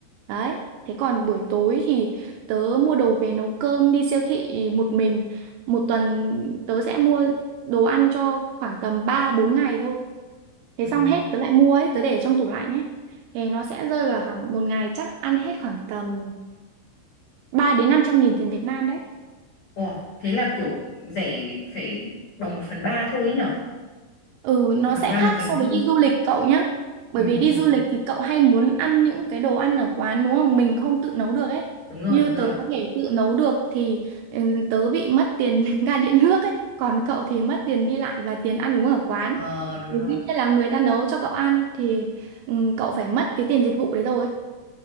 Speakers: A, on the right; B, on the left.
A: Đấy. Thế còn buổi tối thì tớ mua đồ về nấu cơm đi siêu thị một mình. Một tuần tớ sẽ mua đồ ăn cho khoảng tầm ba bốn ngày thôi. Thế
B: ừ.
A: xong hết tớ lại mua ấy, tớ để trong tủ lạnh ấy. Thì nó sẽ rơi vào khoảng một ngày chắc ăn hết khoảng tầm 3 đến 500 nghìn tiền Việt Nam đấy.
B: Ủa, thế là kiểu rẻ phải bằng một phần ba thôi ấy nhở
A: Ừ, nó
B: một phần
A: sẽ
B: ba
A: khác
B: một phần
A: so
B: tư
A: với đi du lịch cậu nhá. Bởi
B: ừ,
A: vì
B: ừ,
A: đi du
B: ừ.
A: lịch thì cậu hay muốn ăn những cái đồ ăn ở quán đúng không? Mình không tự nấu được ấy.
B: đúng rồi
A: Như
B: đúng
A: tớ
B: rồi
A: có thể tự nấu được thì ừ, tớ bị mất tiền <laughs> ga điện nước ấy. Còn cậu thì mất tiền đi lại và tiền ăn uống ở quán.
B: ờ đúng
A: Thì
B: rồi
A: dĩ nhiên là người ta nấu cho cậu ăn thì ừ, cậu phải mất cái tiền dịch vụ đấy rồi.